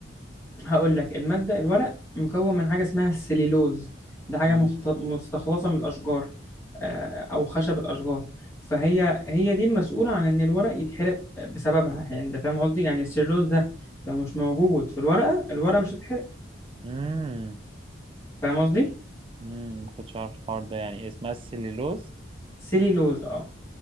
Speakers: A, on the left; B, on the right.
A: هقول لك المادة الورق مكون من حاجة اسمها السليلوز ده حاجة
B: مم.
A: مخت... مستخلصة من الأشجار آه... أو خشب الأشجار فهي هي دي المسؤولة عن إن الورق يتحرق بسببها يعني أنت فاهم قصدي يعني السليلوز ده لو مش موجود في الورقة الورقة مش هتتحرق
B: مم.
A: فاهم قصدي
B: مم. ما كنتش عارف الحوار ده يعني اسمها السليلوز
A: سليلوز اه